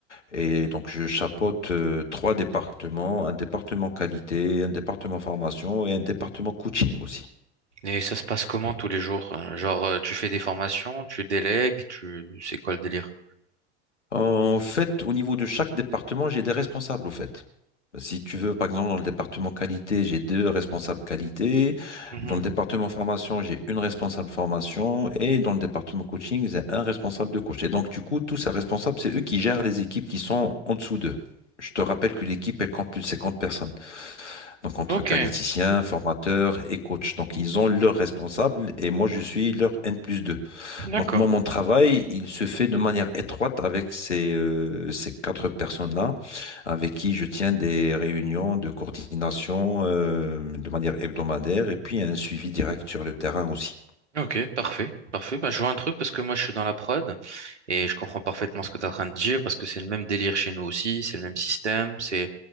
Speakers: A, on the left; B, on the right.
A: et donc je chapeaute euh, trois départements, un département qualité, un département formation et un département coaching aussi.
B: Et ça se passe comment tous les jours? Euh, Genre, euh, tu fais des formations, tu délègues, tu... c'est quoi le délire?
A: En fait, au niveau de chaque département, j'ai des responsables, au fait. Si tu veux, par exemple, dans le département qualité, j'ai deux responsables qualité.
B: Mhm.
A: Dans le département formation, j'ai une responsable formation. Et dans le département coaching, j'ai un responsable de coach. Et donc, du coup, tous ces responsables, c'est eux qui gèrent les équipes qui sont en dessous d'eux. Je te rappelle que l'équipe, elle compte plus de 50 personnes. Donc, entre
B: Ok,
A: qualiticiens, formateurs et coachs. Donc, ils ont leurs responsables et moi, je suis leur N plus deux.
B: d'accord.
A: Donc moi, mon travail, il se fait de manière étroite avec ces, euh, ces quatre personnes-là, avec qui je tiens des réunions de coordination euh, de manière hebdomadaire et puis un suivi direct sur le terrain aussi.
B: Ok, parfait, parfait. Bah, je vois un truc parce que moi je suis dans la prod Et je comprends parfaitement ce que tu es en train de dire parce que c'est le même délire chez nous aussi, c'est le même système, c'est